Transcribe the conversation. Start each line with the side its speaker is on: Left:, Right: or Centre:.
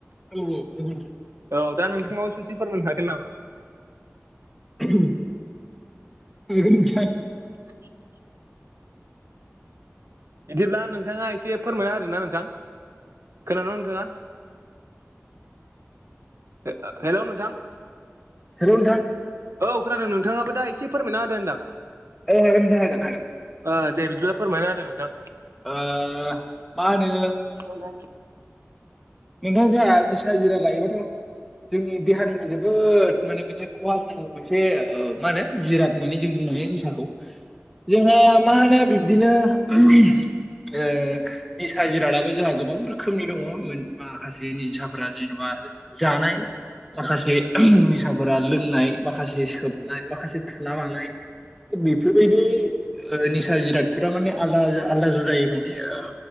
Centre: औ औ नंगौ नोंथां
Right: औ दा नोंथाङाबो ससे फोरमायनो हागोन नामा?
Centre: <unintelligible>
Right: <inaudible> बिदिब्ला नोंथाङा एसे फोरमायना होदोना नोंथां खोनादों ना नोंथाङा <unintelligible> हेलौ नोंथां
Centre: हेल' नोंथां
Right: औ खोनादों नोंथाङाबो दा एसे फोरमायना होदो होनदां
Centre: औ हागोन नोंथां हागोन हागोन
Right: ओ दे बिदिब्ला फोरमायना होदो नोंथां
Centre: ओ मा होनो
Right: औ नंगौ
Centre: नोंथां जोंहा निसा जिराद लायोबाथ' जोंनि देहानिनो जोबोद माने मोनसे खहा मोनसे ओ मा होनो जिराद होननानै जों बुंनो हायो निसाखौ जोंहा मा होनो बिब्दिनो <unintelligible> ओ निसा जिरादाबो जोंहा गोबां रोखोमनि दङ माखासे निसाफोरा जेन'बा जानाय माखासे निसाफोरा लोंनाय माखासे सोबनाय माखासे थुना लानाय बेफोरबायदि ओ निसा जिरादफोरा माने आलादा आलदा जुदायो माने ओ